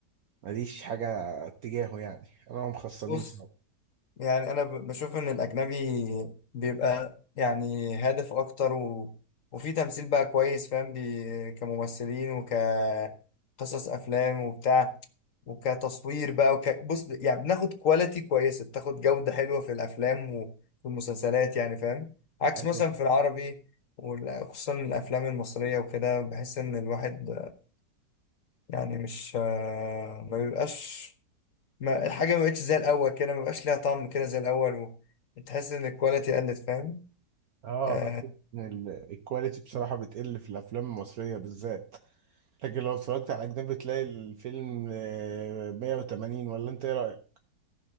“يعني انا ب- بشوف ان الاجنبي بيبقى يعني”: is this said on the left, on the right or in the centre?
Left